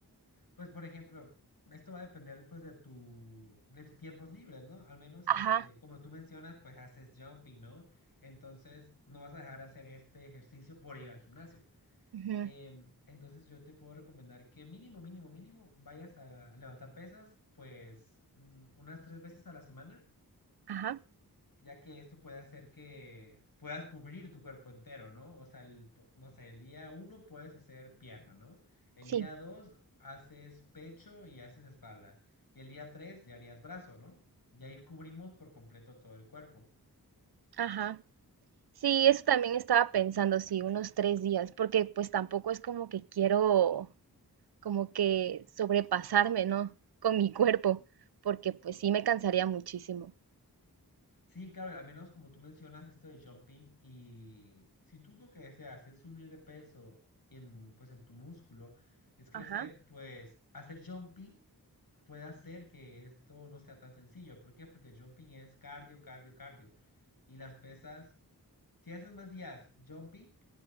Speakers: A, on the left; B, on the right.
A: pues por ejemplo, esto va a depender pues de tu, de tus tiempos libres, ¿no? Al menos,
B: Ajá,
A: este, como tú mencionas, pues haces jumping, ¿no? Entonces, no vas a dejar de hacer este ejercicio por ir al gimnasio.
B: ujú,
A: Em, entonces yo te puedo recomendar que mínimo, mínimo, mínimo vayas a levantar pesas, pues mm, unas tres veces a la semana
B: ajá,
A: ya que esto puede hacer que puedas cubrir tu cuerpo entero, ¿no? O sea, el po- no sé, el día uno puedes hacer pierna, ¿no? El
B: sí,
A: día dos haces pecho y haces espalda. Y el día tres ya harías brazo, ¿no? Y ahí cubrimos por completo todo el cuerpo.
B: ajá. Sí, eso también estaba pensando, sí, unos tres días, porque pues tampoco es como que quiero como que sobrepasarme, ¿no? Con mi cuerpo, porque pues sí me cansaría muchísimo.
A: Sí, claro, al menos como tú mencionas esto de jumping y si tú lo que deseas es subir de peso en, pues en tu músculo, es crecer,
B: Ajá.
A: pues hacer jumping puede hacer que esto no sea tan sencillo. ¿Por qué? Porque el jumping es cardio, cardio, cardio. Y las pesas, si haces más días jumping,